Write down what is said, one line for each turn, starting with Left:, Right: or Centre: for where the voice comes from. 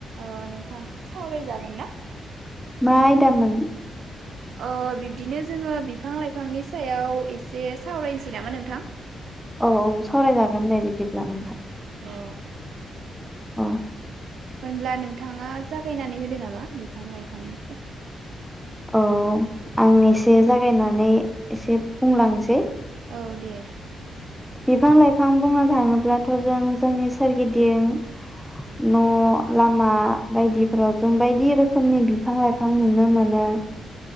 Right: औ नोंथां सावरायजागोन ना
Centre: मा आयदामोन?
Right: ओ बिबदिनो जोङो बिफां लाइफांनि सायाव इसे सावरायसै नामा नोंथां?
Centre: औ औ सावरायजागोन दे बिदिब्ला नोंथां।
Right: अ
Centre: औ।
Right: होनब्ला नोंथाङा जागायनानै होदो नामा बि फां लाइफांनि जा
Centre: औ आं एसे जागायनानै एसे बुंलांसै
Right: औ दे।
Centre: बिफां लाइफां बुंनो थाङोब्लाथ' जों जोंनि सोरगिदिं न' लामा बायदिफोराव जों बायदि रोखोमनि बिफां लाइफां नुनो मोनो।